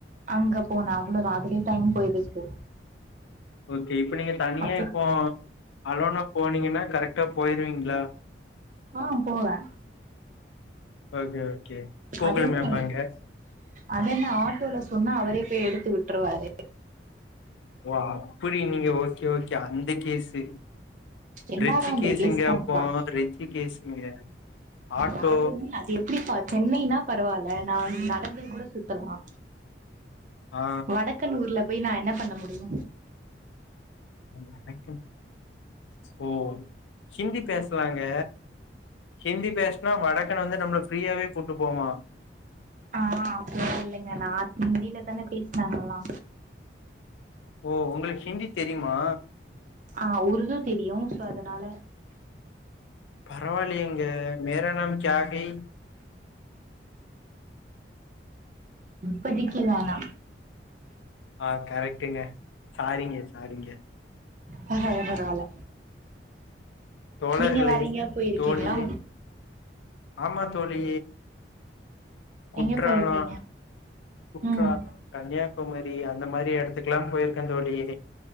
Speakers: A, on the right (about 45°); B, on the left (about 85°).
A: அங்க போனோ அவ்வளதா அதுலயே டைம் போயிடுச்சு
B: ஓகே இப்ப நீங்க தனியா
A: அப்றோ
B: இப்போ அலோனா போனீங்கன்னா கரெக்டா போயிருவீங்களா
A: ஆ போவே
B: ஓகே ஓகே கூகுள்
A: அதென்ன
B: மேப் அங்க
A: அதென்ன ஆட்டோல சொன்னா அவரே போய் எடுத்து விட்ருவாரு
B: ஓ அப்புடி நீங்க ஓகே ஓகே அந்த கேஸு
A: எல்லாரு
B: ரிச்சி
A: அந்த
B: கேஸுங்க
A: கேஸ் தான்ப்பா
B: அப்போ. ரிச்சி கேஸுங்க. ஆட்டோ.
A: யாருமே அது எப்டிபா சென்னைனா பரவால்ல நா நடந்தே கூட சுத்தலா
B: ஆ
A: வடக்கன் ஊர்ல போய் நா என்ன பண்ண முடியு
B: வடக்கன் ஓ ஹிந்தி பேஸ் சுவாங்க ஹிந்தி பேசுனா வடக்கன் வந்து நம்மள ஃப்ரீயாவே கூட்டு போவா
A: ஆ அப்பில்லா இல்லங்க நா ஹிந்தில தாங்க பேசின அங்கல்லா
B: ஓ உங்களுக்கு ஹிந்தி தெரியுமா
A: ஆ உருது தெரியு சோ அதனால
B: பரவாயில்லியேங்க மேரா நாம் கியா கை
A: இப்பதிக்கு வேணா
B: ஆ கரெக்டுங்க சாரிங்க சாரிங்க
A: பரவால பரவால
B: தோழர்களே
A: நீங்க வேற எங்கயா போயிரிக்கீங்ளா
B: தோழியே ஆமா தோழி குற்றாலோ
A: எங்க போயிருக்கீங்க
B: குற்றாலோ
A: ம்
B: கன்னியாகுமரி அந்த மாரி எடத்துக் எல்லா போயிருக்கந் தோழி